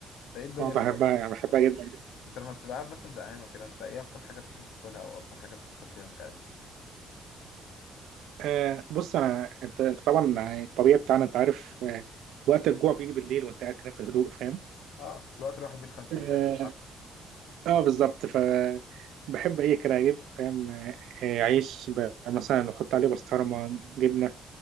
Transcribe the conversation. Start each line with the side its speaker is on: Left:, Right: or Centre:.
Left: انت ايه الدنيا
Right: أه بحبها
Left: لما
Right: يعني بحبها جدا
Left: انت لما بتبقى قاعد مثلا زهقان وكده انت ايه اكتر حاجة بتحب تاكلها او اكتر حاجة بتفكر فيها كأكل
Right: آه بص انا انت انت طبعا يعني الطبيعي بتاعنا انت عارف آه وقت الجوع بيجي بالليل وانت قاعد كده في الهدوء فاهم
Left: اه الوقت الواحد بيتخن فيه
Right: اه,
Left: ده
Right: آه بالظبط ف بحب ايه كده اجيب فاهم آه آه، عيش ب- مثلا احط عليه بسطرمه جبنه